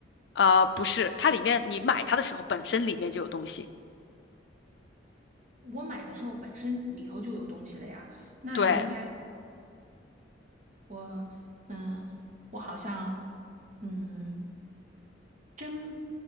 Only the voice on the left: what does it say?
呃，不是，它里面你买它的时候本身里面就有东西，
对，